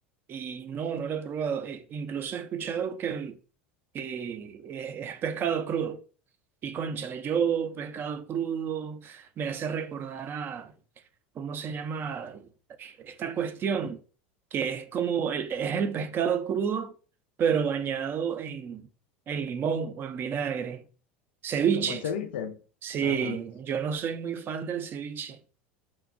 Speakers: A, on the right; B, on the left.
A: Y no, no lo he probado. E- incluso he escuchado que, el- que es, es pescado crudo. Y cónchale, yo pescado crudo me hace recordar a, ¿cómo se llama? esta cuestión que es como el, es el pescado crudo, pero bañado en, en limón o en vinagre. Ceviche.
B: como el ceviche.
A: Sí,
B: Ajá,
A: yo no soy muy fan del ceviche.